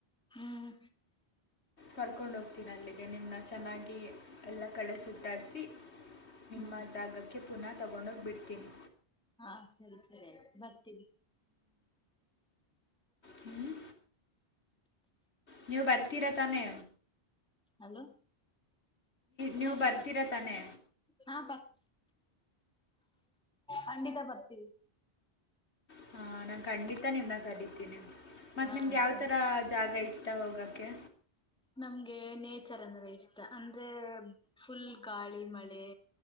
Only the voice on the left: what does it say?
ಕರ್ಕೊಂಡ ಹೋಗ್ತೀನಿ ಅಲ್ಲಿಗೆ ನಿಮ್ಮನ್ನ ಚೆನ್ನಾಗಿ ಎಲ್ಲ ಕಡೆ ಸುತ್ತಾಡಿಸಿ ನಿಮ್ಮ
ಜಾಗಕ್ಕೆ ಪುನಃ ತಗೊಂಡೋಗಿಬ ಬಿಡ್ತೀನಿ
ಹ್ಮ್ ನೀವು ಬರ್ತೀರಾ ತಾನೇ
ನೀವು
ಬರ್ತೀರಾ ತಾನೇ
ಹ ನಾನ್ ಖಂಡಿತ ನಿವ್ನ ಕರಿತೀನಿ ಮತ್ತ್
ನಿಮ್ಗೆ ಯಾವ್
ತರ ಜಾಗ ಇಷ್ ನಾ ಹೋಗಕ್ಕೆ